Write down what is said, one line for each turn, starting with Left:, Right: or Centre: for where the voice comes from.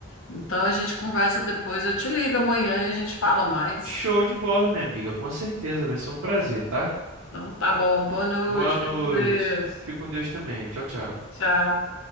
Left: Então a gente conversa depois. Eu te ligo amanhã e a gente fala mais.
Right: Show de bola, minha amiga, com certeza, vai ser um prazer, tá?
Left: Então tá bom, boa noite,
Right: Boa noite.
Left: fica com Deus.
Right: Fique com Deus também. Tchau, tchau.
Left: Tchau.